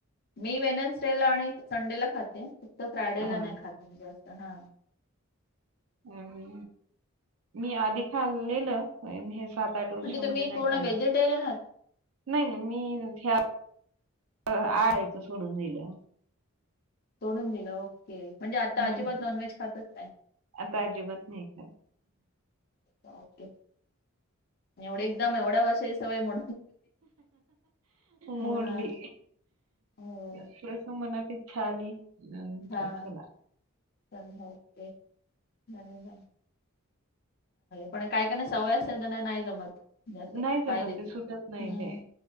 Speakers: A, on the left; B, on the right.
A: मी वेनन्स डे ला आणि संडेला खाते फक्त फ्रायडेला
B: हं,
A: नाही खात, जास्त हां
B: आणि मी आधी खाल्लेलं सात आठ वर्षांमध्ये
A: म्हणजे तुम्ही
B: नाही
A: पूर्ण
B: खाल्लं
A: व्हेजिटेरियन आहात?
B: नाही नाही, मी आळायचं सोडून दिेलं.
A: सोडून दिलं ओके म्हणजे आता
B: हं,
A: अजिबात नॉनव्हेज खायचं नाही.
B: आता अजिबात नाही. खात
A: ओके एवढे एकदम एवढ्या वर्षाची सवय मो हा
B: मोडली.
A: होय
B: थोडंसं मनात इच्छा आली. म्हटलं
A: हां
B: चला.
A: चल ओके बरोबर पण काय काय सवय असते त्यांना नाही जमतं
B: नाही
A: जसं
B: जमत
A: पाहिजेच
B: ते सुटत नाही
A: हम्म
B: ते.